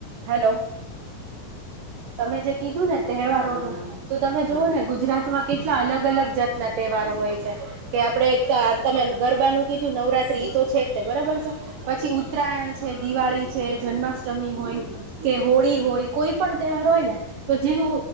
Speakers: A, on the right (about 70°); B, on the right (about 55°).
A: હાલો તમે જે કીધું ને તહેવારોનું
B: હા હા
A: તો તમે
B: હા
A: જુવઓ ને ગુજરાતમાં કેટ- લા અલગ અલગ જાતના તહેવાર હોય છે. કે આપડે તમે ગરબાનું કીધું નવરાત્રી ઇ તો છે જ તે બરાબર છે. પછી ઉત્તરાયણ છે દિવાળી છે જન્માષ્ટમી હોય કે હોળી, હોય કોઈ પણ તહેવાર હોય ને તો જેવો